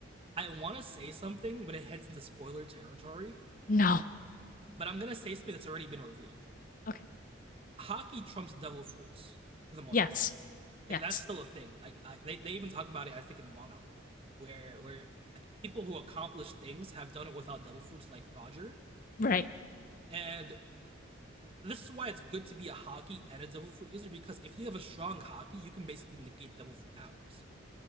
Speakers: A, on the right; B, on the left.
A: I want to say something, but it heads into spoiler territory.
B: No.
A: But I'm gonna say something that's already been revealed.
B: Okay.
A: Hockey trumps devil fruits for the most
B: Yes.
A: part.
B: Yes.
A: Eh, That's still a thing. Like I, they they even talk about it, I think, in Wano, where where people who accomplish things have done it without devil fruits, like Roger.
B: Right.
A: And this is why it's good to be a hockey and a devil fruit user because if you have a strong hockey, you can basically negate devil fruit powers.